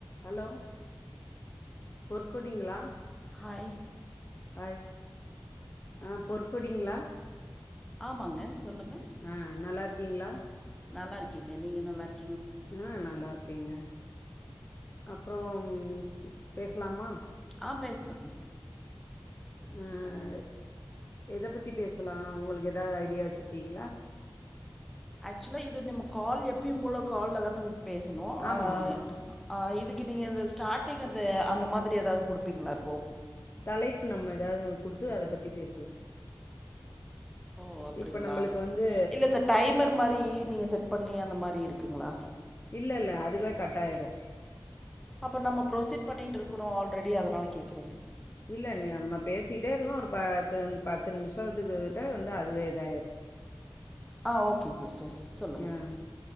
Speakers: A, on the left; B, in the centre.
A: ஹலோ பொற்கொடிங்களா
B: ஹாய்
A: ஹாய் ஆ பொற்கொடிங்களா
B: ஆமாங்க சொல்லுங்க
A: அஹ் நல்லா இருக்கீங்களா
B: நல்லா இருக்கேங்க நீங்க நல்லா இருக்
A: ஆஹ் நல்லா இருக்கேங்க அப்புறம் பேசலாமா
B: ஆ பேசலாம்
A: ஆஹ் எத பத்தி பேசலா உங்களுக்கு ஏதாவது ஐடியா வச்சிருக்கீங்ளா
B: ஆக்சுவலா இது நம்ம கால் எப்பயு போல கால்லதான பேசணு
A: ஆமா
B: ஆஹ்
A: ஆமா
B: அஹ் இதுக்கு நீங்க இந்த ஸ்டார்டிங் அந்த அந்த மாதிரி ஏதாவது குடுப்பீங்களா இப்போ
A: தலைப்பு நம்ம ஏதாவது குடுத்து அதை பத்தி பேசலா
B: ஓ அப்டிங்களா
A: இப்ப நம்மளுக்கு வந்து
B: இல்ல இந்த டைமர் மாரி நீங்க செட் பண்ணி அந்த மாரி இருக்குங்களா
A: இல்லல்ல அதுவே கட்டாயிரு
B: அப்ப நம்மோ ப்ரொசீட் பண்ணிட்டு இருக்குறோ ஆல்ரெடி அதனால கேக்குறே
A: இல்ல நீ நம்ம பேசிட்டே இருக்கோ ஒரு பத்து பத்து நிமிஷத்துக்கு கிட்ட வந்து அதுவே இதாயிரு <inaudible>
B: ஆ ஓகேங் சிஸ்டர் சொல்லுங்கள்
A: ஆஹ்